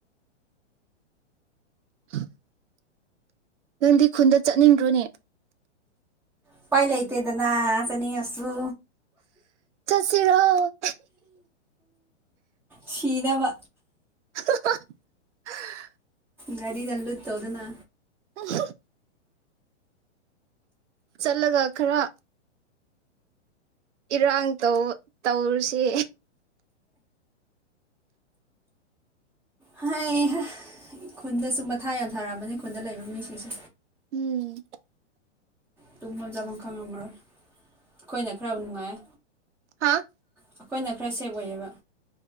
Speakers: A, on the right; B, in the centre.
A: <inaudible> ꯅꯪꯗꯤ ꯈꯨꯟꯗ ꯆꯠꯅꯤꯡꯗ꯭ꯔꯣꯅꯦ
B: ꯎꯄꯥꯏ ꯂꯩꯇꯦꯗꯅ ꯆꯅꯤ ꯑꯁꯨ
A: ꯁꯤꯔꯣ
B: ꯁꯤꯅꯕ
A: ꯍꯥ ꯍꯥ ꯍꯥ ꯑꯥ <inaudible>
B: ꯒꯔꯤꯒ ꯂꯨꯠ ꯇꯧꯗꯨꯅ
A: ꯑꯍꯥ <inaudible> ꯆꯠꯂꯒ ꯈꯔ ꯏꯔꯥꯡ ꯇꯧ ꯇꯧꯔꯨꯁꯤ
B: ꯍꯩꯩ ꯍ ꯈꯨꯟꯗꯁꯨ ꯃꯊꯥ ꯌꯥꯝ ꯁꯥꯔꯝꯃꯅꯤ ꯈꯨꯟꯗ ꯂꯩꯕ ꯃꯤꯁꯤꯡꯁꯨ
A: ꯎꯝ
B: ꯇꯨꯝꯐꯝ ꯆꯥꯐꯝ ꯈꯪꯉꯝꯃꯔꯣꯏ ꯑꯩꯈꯣꯏꯅ ꯈꯔ ꯅꯨꯡꯉꯥꯏ
A: ꯍꯥꯥ
B: ꯑꯩꯈꯣꯏꯅ ꯈꯔ ꯁꯦꯞ ꯑꯣꯏꯌꯦꯕ